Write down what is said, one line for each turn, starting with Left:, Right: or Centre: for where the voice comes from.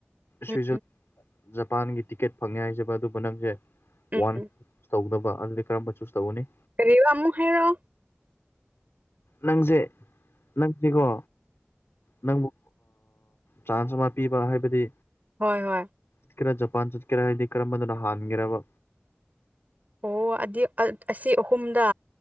Right: ꯎꯝ
Left: ꯁ꯭ꯋꯨꯏꯖꯔꯂꯦꯟ ꯖꯄꯥꯟꯒꯤ ꯇꯤꯀꯦꯠ ꯐꯪꯉꯦ ꯍꯥꯏꯁꯦꯕ ꯑꯗꯨꯕꯨ ꯅꯪꯁꯦ
Right: ꯎꯝ
Left: ꯋꯥꯟ
Right: ꯎꯝ
Left: ꯆꯨꯆ ꯇꯧꯗꯧꯕ ꯑꯗꯨꯗꯤ ꯀꯔꯝꯕ ꯆꯨꯁ ꯇꯧꯒꯅꯤ
Right: ꯀꯔꯤꯔ ꯑꯃꯨꯛ ꯍꯥꯏꯔꯣ
Left: ꯅꯪꯁꯦ ꯅꯪꯁꯤꯀꯣ ꯅꯪꯕꯨ ꯆꯥꯟꯁ ꯑꯃ ꯄꯤꯕ ꯍꯥꯏꯕꯗꯤ
Right: ꯍꯣꯏ ꯍꯣꯏ
Left: ꯆꯠꯀꯦꯔꯥ ꯖꯄꯥꯟ ꯆꯠꯀꯦꯔꯥ ꯍꯥꯏꯗꯤ ꯀꯔꯝꯕꯅ ꯍꯥꯟꯒꯦꯔꯕ
Right: ꯑꯣ ꯑꯗꯦ ꯑꯁꯤ ꯑꯍꯨꯝꯗ